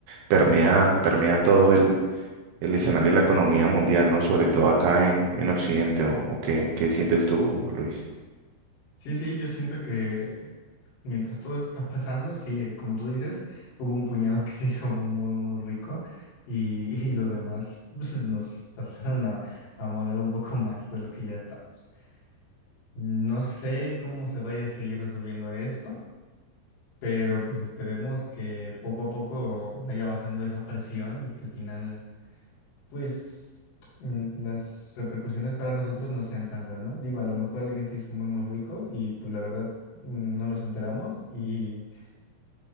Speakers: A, on the right; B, on the left.
A: permea, permea todo el, el escenario de la economía mundial, ¿no? Sobre todo acá en, en Occidente, ¿o, o qué, qué sientes tú, Luis?
B: Sí, sí, yo siento que mientras todo esto está pasando, sí, eh, como tú dices, hubo un puñado que se hizo muy, muy, muy rico y, <laughs> y los demás pues, nos pasaron a, a moler un poco más de lo que ya estamos. No sé cómo se vaya a seguir resolviendo esto, pero pues esperemos que poco a poco vaya bajando esa presión y que al final pues mm, las repercusiones para nosotros no sean tantas, ¿no? Digo, a lo mejor alguien se hizo muy, muy rico y pues la verdad mm, no nos enteramos y